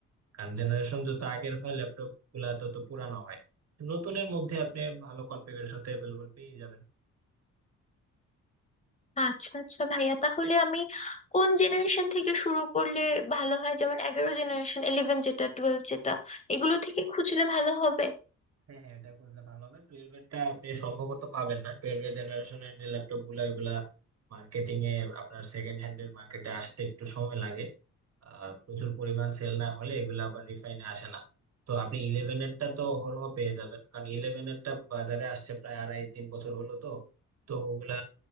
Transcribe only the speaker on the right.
কারণ জেনারেশন যত আগের হয় ল্যাপটপ গুলা তত পুরানো হয় নতুনের মধ্যে আপনি ভালো কনফিগারেশন তো অ্যাভেলেবল পেয়ে যাবেন
হ্যাঁ হ্যাঁ এটা করলে ভালো হবে টুয়েলভ এরটা আপনি সম্ভবত পাবেন না টুয়েলভ এর জেনারেশনের যে ল্যাপটপ গুলো ওগুলা মার্কেটিং এ আপনার সেকেন্ড হ্যান্ড এর মার্কেটে আসতে একটু সময় লাগে আহ, প্রচুর পরিমাণ সেল না হলে এগুলো আবার রিফাইনে আসে না তো আপনি ইলেভেন এরটা তো হরহ পেয়ে যাবেন কারণ ইলেভেন এরটা বাজারে আসছে প্রায় আড়াই তিন বছর হলো তো তো ওগুলা